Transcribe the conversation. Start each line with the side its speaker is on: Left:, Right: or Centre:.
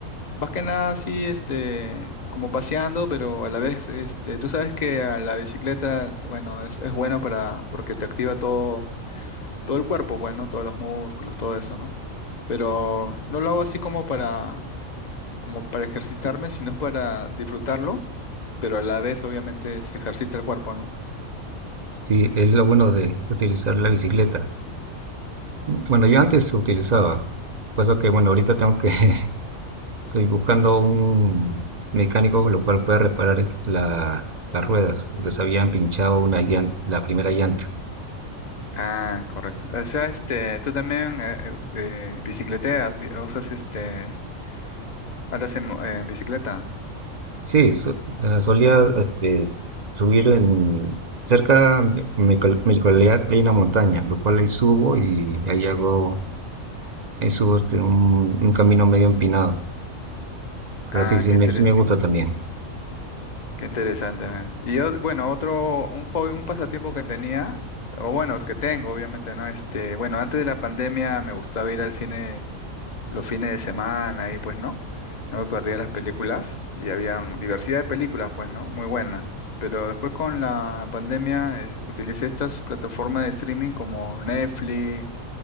Left: Más que nada así, este, como paseando, pero a la vez, este, tú sabes que a la bicicleta, bueno, es, es bueno para, porque te activa todo, todo el cuerpo, bueno, todos los músculos, todo eso, ¿no? Pero no lo hago así como para, como para ejercitarme, sino para disfrutarlo, pero a la vez, obviamente, se ejercita el cuerpo, ¿no?
Right: Sí, es lo bueno de utilizar la bicicleta. Bueno, yo antes utilizaba, puesto que, bueno, ahorita tengo que, <laughs> estoy buscando un mecánico lo cual pueda reparar es la, las ruedas, porque se habían pinchado una llan- la primera llanta.
Left: Ah, correcto. O sea, este, tú también eh, eh, eh, bicicleteas, vi- usas este, andas en, mo- en bicicleta.
Right: Sí, so- eh, solía este, subir en... Cerca de mi, col- mi localidad hay una montaña, lo cual ahí subo y ahí hago, ahí subo este, un, un camino medio empinado, pero
Left: Ah,
Right: sí, sí
Left: qué
Right: me,
Left: interesante.
Right: sí me gusta también.
Left: Qué interesante, man. Y yo, bueno, otro, un hobby, un pasatiempo que tenía, o bueno, que tengo, obviamente, ¿no? Este, bueno, antes de la pandemia me gustaba ir al cine los fines de semana y pues, ¿no? No me perdía las películas y habían diversidad de películas, pues, ¿no? Muy buenas. Pero después con la pandemia eh, utilicé estas plataformas de streaming como Netflix,